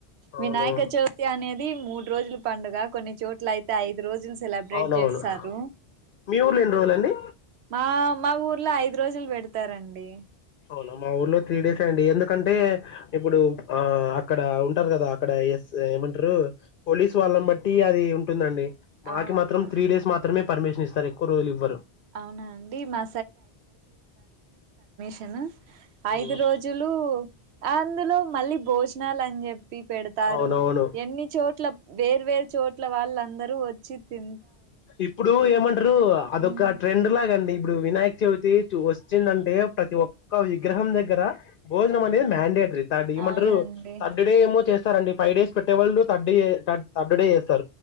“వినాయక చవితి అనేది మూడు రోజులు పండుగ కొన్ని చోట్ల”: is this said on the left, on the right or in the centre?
Right